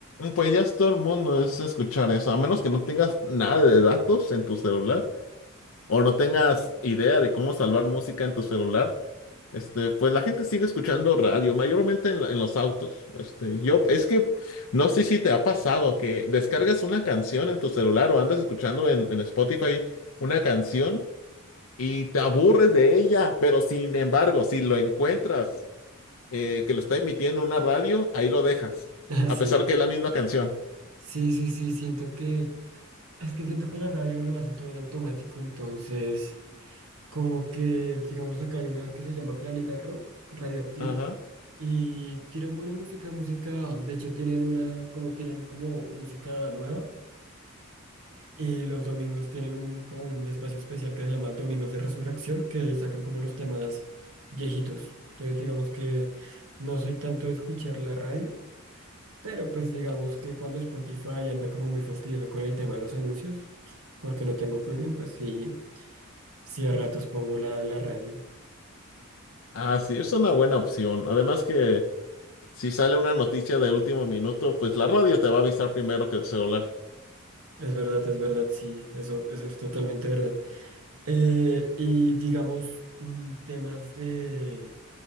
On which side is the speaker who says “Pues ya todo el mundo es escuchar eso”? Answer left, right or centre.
Left